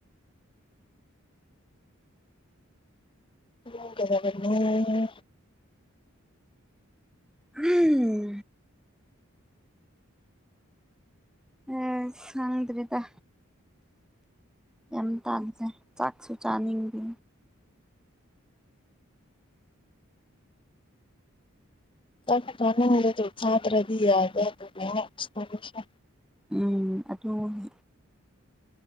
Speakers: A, on the left (about 25°); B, in the centre.
A: ꯇꯨꯝꯒꯗꯕꯅꯦ꯫
B: ꯎꯝ꯫ ꯑꯁ ꯈꯪꯗ꯭꯭ꯔꯦꯗ꯫ ꯌꯥꯝ ꯇꯟꯂꯦ ꯆꯥꯛꯁꯨ ꯆꯥꯅꯤꯡꯗꯦ꯫
A: ꯆꯥꯛ ꯆꯥꯅꯤꯡꯕꯗꯨ ꯆꯥꯗ꯭ꯔꯗꯤ ꯌꯥꯗꯦ ꯑꯗꯨꯒꯤꯅꯦ ꯁꯦꯝꯃꯤꯁꯦ꯫
B: ꯎꯝ ꯑꯗꯨꯒꯤ꯫